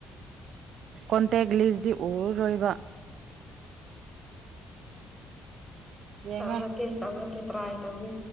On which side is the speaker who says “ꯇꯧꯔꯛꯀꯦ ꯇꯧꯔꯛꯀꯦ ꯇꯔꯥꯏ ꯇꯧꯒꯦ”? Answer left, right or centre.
Centre